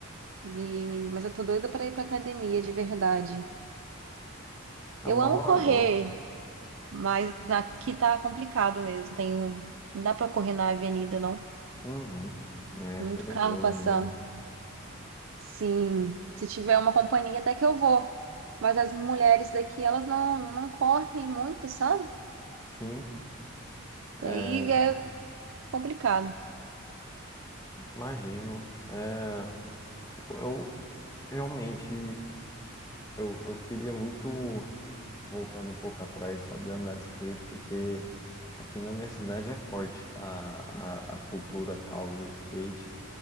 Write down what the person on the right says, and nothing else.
E mas eu tô doida para ir para academia de verdade.
Eu
amo
correr,
mas aqui tá complicado mesmo. Tem, um, não dá para correr na avenida, não.
Muito
carro passando.
Sim, se tiver uma companhia até que eu vou. Mas as mulheres daqui, elas não, não correm muito, sabe?
Aí é complicado.